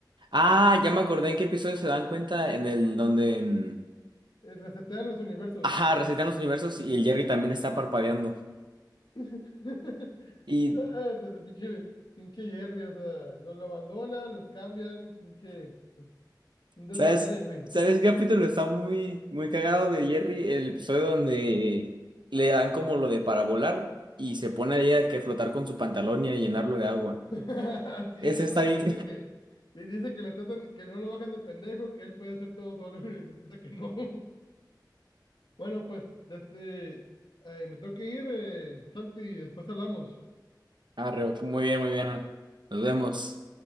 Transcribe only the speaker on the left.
Resetean los universos.
<laughs>
Ah, entonces, pinche, pinche Jerry, o sea, nos lo abandonan, los cambian, pinche, un desmadre,
güey.
<laughs> Sí,
porque
dice que, le dice que lo tratan, que no lo bajan de pendejo, que él puede hacer todo solo <laughs> y resulta que no. <laughs> Bueno, pues, desde, eh, me tengo que ir, eh, Santi, después hablamos.